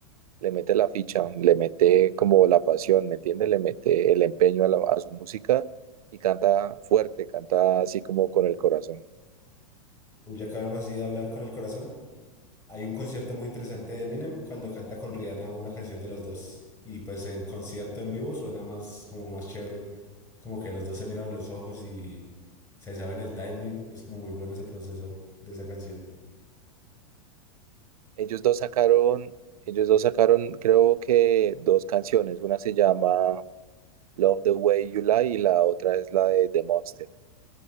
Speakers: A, on the right; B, on the left.
A: le mete la ficha, le mete como la pasión, ¿me entiende? Le mete el empeño a, la- a su música y canta fuerte, canta así como con el corazón.
B: Uy, ya acabamos así de hablar con el corazón. Hay un concierto muy interesante de Eminem cuando canta con Rihanna una canción de los dos. Y pues en concierto en vivo suena más como más chévere. Como que los dos se miran a los ojos y se saben el timing. Es como muy bueno ese proceso de esa canción.
A: Ellos dos sacaron, ellos dos sacaron, creo que dos canciones, una se llama Love the Way You Lie y la otra es la de The Monster.